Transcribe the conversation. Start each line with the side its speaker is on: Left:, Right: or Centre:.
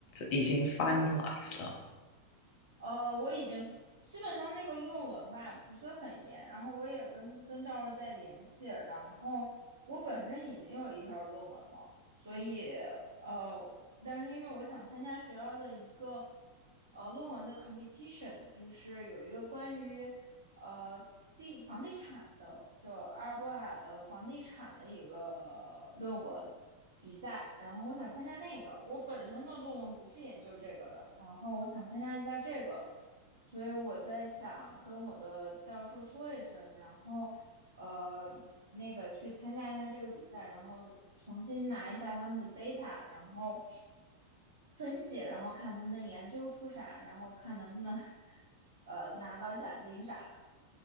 Left: 已经 finalize 了？
Right: 呃，我已经基本上那个论文吧不是很严，然后我也跟跟教授在联系，然后我本身已经有一篇论文了，所以呃，但是因为我想参加学校的一个呃论文的 competition，就是有一个关于呃地房地产的，就阿尔伯塔的房地产的一个呃论文，比赛，然后我想参加那个。我本身的论文不是研究这个的，然后我想参加一下这个，所以我在想跟我的教授说一声，然后呃那个去参加一下这个比赛，然后重新拿一下他们的 data，然后分析，然后看他们的研究出啥，然后看能不能 <laughs> 呃拿到奖金啥的。